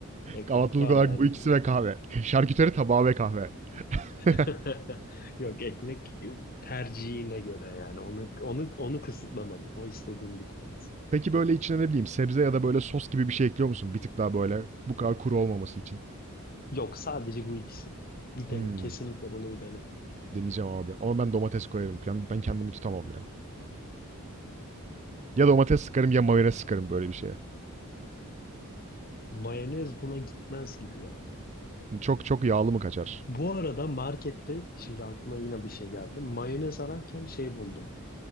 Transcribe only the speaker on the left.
Ekmek
var
yani.
<laughs>
Yok ekmek tercihine göre yani. Onu onu onu kısıtlamadım. O istediğin bir tanesi.
Yok sadece bu ikisi. Bir dene.
Kesinlikle bunu bir dene.
Mayonez buna gitmez gibi ya.
Bu arada markette şimdi aklıma yine bir şey geldi. Mayonez ararken şey buldum.